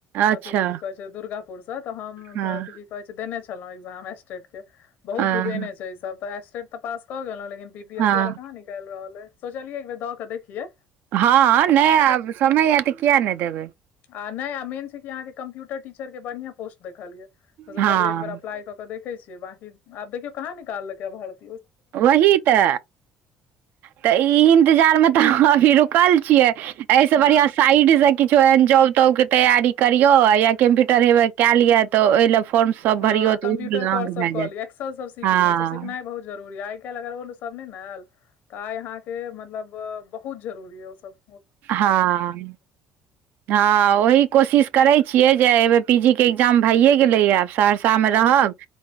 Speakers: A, on the right; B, on the left.
A: अच्छा
B: अथि की कहे छै दुर्गापुर से तऽ हम
A: हँ
B: अथ की कहे छै देने छलं छलों एग्जाम एस्टेट के बहुत
A: हँ
B: दुबे ने छै इ सब त एस्टेट त पास क गेलों लेकिन बी बी
A: हँ
B: एस ई वाला कहाँ निकाल रहल है सोचलियै एक बेर दौ के देखिये
A: ह नैय आब समय आ तऽ किए नै देबै
B: आ नै मेन छै कि अहाके कम्प्यूटर टीचर के बढ़ियां पोस्ट देखलियै त
A: हँ
B: सोचलिय एक बेर अप्लाई कऽ देखै छियै बाकी आब देखियौ कहाँ निकाल कै या भरती
A: वही तऽ तऽ इ इंतजार मे तऽ अभी रुकल छियै एैह से
B: हँ
A: बढ़िया साइड से किछो एहन जॉब- तॉब के तैयारी करियौ या कम्प्यूटर हेबे केएल यऽ तऽ ओय लए फॉर्म सब
B: ह
A: भरियौ
B: कम्प्यूटर
A: तऽ ओ अहाँके
B: कोर्स सब
A: भए
B: कऽ
A: जायत
B: लिय एक्सल सब सिखलिय
A: हँ
B: ओसब सिखनाई बहुत जरूरीया आय कैल अगर ओ सब नै न आइल तऽ आय यहाँ के मतलब बहुत जरुरी अैय ओ सब
A: हं ह ओहि कोशिश करैय छियै जे ऐयबेेर पीजी के इग्जाम भइए गेलैए आब सास सर्षा
B: हँ
A: मे रहब
B: हँ